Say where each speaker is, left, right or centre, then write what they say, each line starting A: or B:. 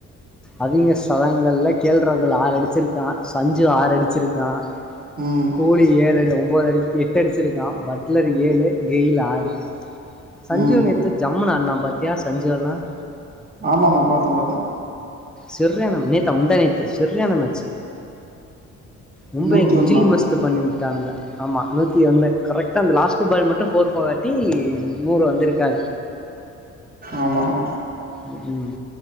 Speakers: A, in the centre; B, on the right.
A: அதிக சதங்கள்ல கே எல் ராகுல் ஆறு அடிச்சுருக்கா சஞ்சு ஆறு அடிச்சுருக்கா
B: ம்
A: கூலி ஏழு ஒம்போது அடி எட்டு அடிசுருக்கா பட்லர் ஏழு கெயில் ஆறு சஞ்சிவ்
B: ம்
A: நேத்து ஜம்முனா நா பத்யா சஞ்சு வலாம்
B: ஆமா மா பாத்தே பாத்தே
A: சர்யான நேத்தா முந்தாநேத்து சர்ரியான மேச்சு மும்பை
B: நூத்தி
A: குஜிலி
B: ஒன்னா
A: மஸ்த் பண்ணு ட்டானுக ஆமா நூத்தி ஒண்ணு கரெக்டா அந்த லாஸ்ட் பால் மட்டும் ப்போர் போகாட்டி நூறு வந்திருக்காது
B: ஆமாம்மா
A: ம்